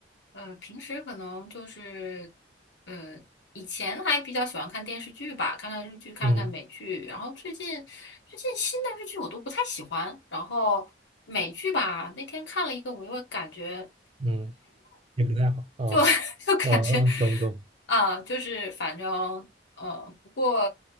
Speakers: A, on the left (about 75°); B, on the right (about 30°).
A: 呃，平时可能就是，呃，以前还比较喜欢看电视剧吧，看看日剧，看看美剧。
B: 嗯
A: 然后最近最近新的日剧我都不太喜欢。然后美剧吧，那天看了一个，我又感觉
B: 嗯，也不太好啊
A: 就 <laughs> 就感觉
B: 啊啊，懂懂。
A: 啊、就是反正呃，不过